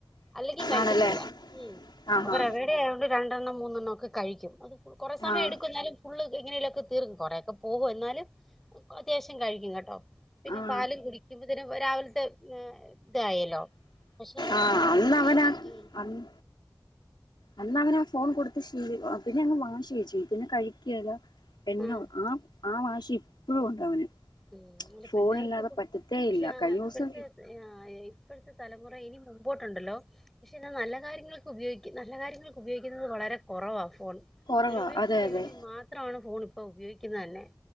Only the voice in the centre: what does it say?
അല്ലെങ്കി കഴിക്കത്തില്ല
ഉം
അപ്പൊ റെവേഡയാതൊണ്ട് രണ്ടെണ്ണം മൂന്നെണ്ണം ഒക്കെ കഴിക്കും അത് കുറെേ സമയം
എടുക്കുന്നാലും ഫുള്ള് എങ്ങനെലൊക്കെ തീർക്കും കുറേയൊക്കെ പോകും എന്നാലും അത്യാവശ്യം കഴിക്കും കേട്ടോ പിന്നെ
പാലും കുടിക്കുമ്പത്തെന് രാവിലത്തെ ഇതായല്ലോ പക്ഷ
ടി
വി ഉം
ആഹ്
ഉം അല്ല
പിള്ളേർക്ക്പ്പം
പക്ഷേ
ആഹ്
ഇപ്പഴത്തേ
ആ ഇപ്പഴത്തേ തലമുറ ഇനി മുമ്പോട്ട്ണ്ടല്ലോ പക്ഷേ എന്നാ നല്ല കാര്യങ്ങൾക്ക് ഉപയോക്കും നല്ല കാര്യങ്ങൾക്ക് ഉപയോഗിക്ക്ന്നത് വളരെ കൊറവാ ഫോൺ
ദുരുപയോഗം
ചെയ്യാ
വേണ്ടി മാത്രവാണ് ഫോൺ ഇപ്പൊ ഉപയോഗിക്കിന്നെ തന്നെ